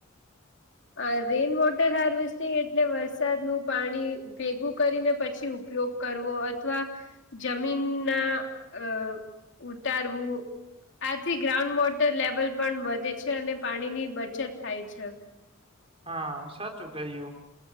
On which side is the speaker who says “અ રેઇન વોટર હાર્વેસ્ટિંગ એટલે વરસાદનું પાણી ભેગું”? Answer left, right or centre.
Left